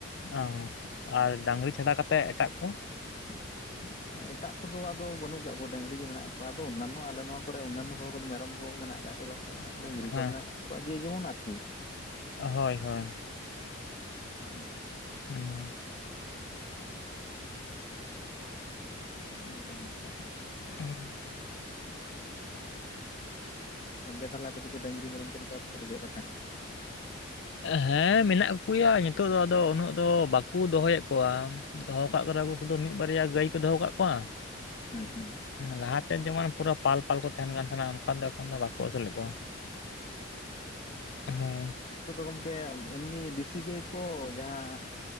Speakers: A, on the left; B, on the left.
A: ᱚᱸ ᱟᱨ ᱰᱟᱝᱨᱤ ᱪᱷᱟᱰᱟ ᱠᱟᱛᱮᱫ ᱮᱴᱟᱜ ᱠᱚ
B: <inaudible> ᱮᱴᱟᱜ ᱠᱚᱫᱚ ᱟᱫᱚ ᱵᱟᱹᱱᱩᱜ ᱠᱟᱫ ᱠᱚᱣᱟ ᱰᱟᱹᱝᱨᱤ ᱜᱮ ᱢᱮᱱᱟᱜ ᱠᱚᱣᱟ, ᱟᱫᱚ ᱚᱱᱱᱟᱱᱚ ᱟᱞᱮ ᱱᱚᱣᱟ ᱠᱚᱨᱮ ᱚᱱᱱᱟᱱᱚ ᱦᱚᱲ ᱠᱚᱫᱚ ᱢᱮᱨᱚᱢ ᱠᱚ ᱢᱮᱱᱟᱜ ᱠᱟᱫ <unintelligible> ᱠᱚ ᱦᱟᱸᱜ ᱰᱟᱹᱝᱨᱤ
A: ᱦᱮᱸ
B: ᱠᱚ ᱢᱮᱱᱟᱜ ᱠᱚᱣᱟ ᱡᱮ-ᱡᱮᱢᱚᱱ ᱟᱨᱠᱤ᱾
A: ᱦᱳᱭ ᱦᱳᱭ
B: ᱦᱩᱸ
A: ᱚᱸᱻ
B: <inaudible> ᱱᱚᱝᱠᱟᱱ ᱵᱮᱯᱟᱨ᱾
A: <unintelligible>
B: <inaudible> ᱜᱚᱝᱠᱮ ᱛᱟᱦᱞᱮ ᱟᱯᱮ ᱥᱮᱫ ᱫᱚ ᱰᱟᱹᱝᱨᱤ ᱢᱮᱨᱚᱢ ᱠᱚᱫᱚ ᱪᱟᱥ ᱠᱚᱫᱚ ᱪᱮᱫᱞᱮᱠᱟ?
A: ᱦᱮᱸ ᱢᱮᱱᱟᱜ ᱠᱚ ᱜᱮᱭᱟ ᱱᱤᱛᱚᱜ ᱫᱚ ᱟᱫᱚ ᱩᱱᱟᱹᱜ ᱫᱚ ᱵᱟᱠᱚ ᱫᱚᱦᱚᱭᱮᱫ ᱠᱚᱣᱟ᱾ ᱫᱚᱦᱚ ᱠᱟᱜ ᱠᱚ ᱨᱮᱦᱚᱸ ᱠᱚ ᱥᱩᱫᱩ ᱢᱤᱫ ᱵᱟᱨᱭᱟ ᱜᱟᱹᱭ ᱠᱚ ᱫᱚᱦᱚ ᱠᱟᱜ ᱠᱚᱣᱟ᱾
B: ᱦᱩᱸ ᱦᱩᱸ
A: ᱞᱟᱦᱟᱛᱮ ᱡᱮᱢᱚᱱ ᱯᱩᱨᱟᱹ ᱯᱟᱞᱼ ᱯᱟᱞ ᱠᱚ ᱛᱟᱦᱮᱱ ᱠᱟᱱ ᱛᱟᱦᱮᱱᱟ ᱚᱱᱠᱟ ᱫᱚ ᱮᱠᱷᱚᱱ ᱫᱚ ᱵᱟᱠᱚ ᱟᱹᱥᱩᱞᱮᱫ ᱠᱚᱣᱟ᱾ ᱦᱳᱭ
B: ᱩᱱᱠᱩ ᱫᱚ ᱜᱚᱝᱠᱮ ᱮᱢᱱᱤ ᱫᱮᱥᱤ ᱜᱟᱹᱭ ᱠᱚ ᱡᱟᱦᱟᱸ